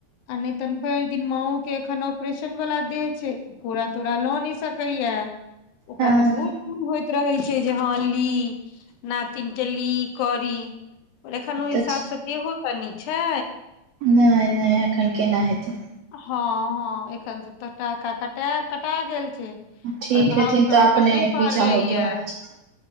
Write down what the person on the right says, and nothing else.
हँ
तऽ
नैय नैय एखन केना हेतै
ठीक
हेथिन
तऽ
अपने
पीछा हटे
वाला छथिन